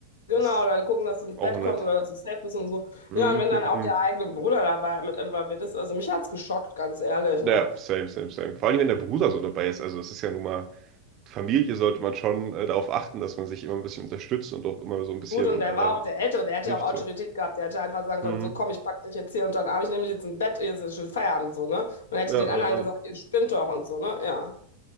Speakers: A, on the left; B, on the right.
A: Genau,
B: Das
A: oder gucken, dass du ins
B: braucht
A: Bett
B: man
A: kommst
B: halt.
A: oder dass du safe bist und so.
B: Mhm.
A: Ja, und wenn dann auch der eigene Bruder dabei mit involviert ist, also mich hat's geschockt, ganz ehrlich,
B: Ja,
A: ne?
B: same, same, same. Vor allem, wenn der Bruder so dabei ist. Also, es ist ja nun mal, Familie sollte man schon äh, darauf achten, dass man sich immer ein bisschen unterstützt und auch immer so ein bisschen
A: Gut, und der
B: äh,
A: war auch der Ältere, der hätte
B: hilft
A: ja auch Autorität
B: so.
A: gehabt, der hätte einfach sagen können,
B: Hm.
A: so komm, ich pack dich jetzt hier unter den Arm, ich nehme dich jetzt ins Bett, hier ist jetzt schon Feierabend, so, ne? Und hätte
B: Ja, äh,
A: den anderen gesagt,
B: äh,
A: ihr spinnt doch und so, ne? Ja.